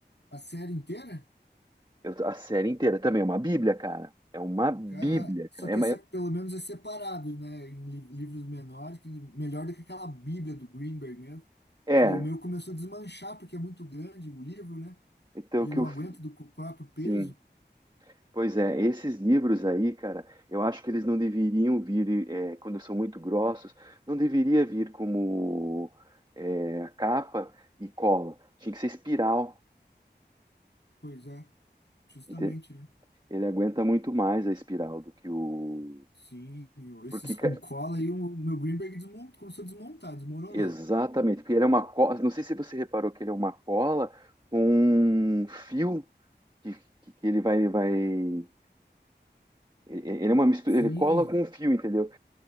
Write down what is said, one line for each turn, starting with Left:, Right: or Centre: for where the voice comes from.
Left: a série inteira?
Right: Eu- a série inteira também, é uma bíblia, cara. É uma bíblia,
Left: Cara, só
Right: cara.
Left: que
Right: É, uma-
Left: é, se- pelo menos é separado, né, em li- livros menores, que melhor do que aquela Bíblia do Greenberg mesmo,
Right: é,
Left: que o meu começou a desmanchar porque é muito grande o livro, né?
Right: então
Left: Ele
Right: o que
Left: não
Right: eu,
Left: aguenta
Right: f-
Left: do co- próprio peso?
Right: sim. Pois é, esses livros aí, cara, eu acho que eles não deveriam vir, eh, quando são muito grossos, não deveria vir como eh, capa e cola. Tinha que ser espiral.
Left: Pois é, justamente,
Right: ente-
Left: né?
Right: Ele aguenta muito mais a espiral do que o.
Left: Sim, o- esses
Right: Porque,
Left: com
Right: ca-
Left: cola e o meu Greenberg desmon- começou a desmontar, desmoronar.
Right: exatamente, porque ele é uma cola. Não sei se você reparou que ele é uma cola com um fio que, que, que ele vai, vai. e- e- Ele é uma mistura,
Left: Sim,
Right: ele cola com um fio, entendeu?